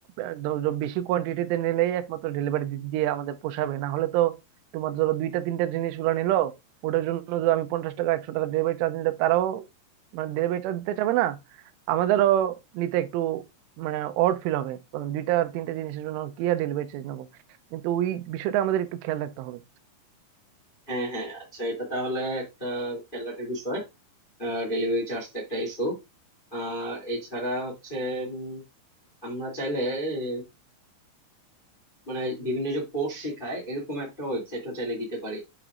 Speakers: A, on the right; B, on the left.
A: আহ, ধরো বেশি কোয়ান্টিটিতে নিলেই একমাত্র ডেলিভারি দিয়ে আমাদের পোষাবে না হলে তো তোমার ধরো দুইটা তিনটা জিনিস ওরা নিলো ওটার জন্য যদি আমি পঞ্চাশ টাকা একশো টাকা ডেলিভারি চার্জ নিলে তারাও মানে ডেলিভারি চার্জ দিতে চাবে না আমাদেরও নিতে একটু মানে অড ফিল হবে কারণ দুইটা তিনটা জিনিসের জন্য কি আর ডেলিভারি চার্জ নেবো কিন্তু ওই বিষয়টা আমাদের একটু খেয়াল রাখতে হবে
B: হ্যাঁ হ্যাঁ আচ্ছা এটা তাহলে একটা খেয়াল রাখার বিষয় ডেলিভারি চার্জ একটা ইস্যু আর এছাড়া হচ্ছে উম, আমরা চাইলে আহ, মানে বিভিন্ন যে কোর্স শেখায় এরকম একটা ওয়েবসাইটও চাইলে দিতে পারি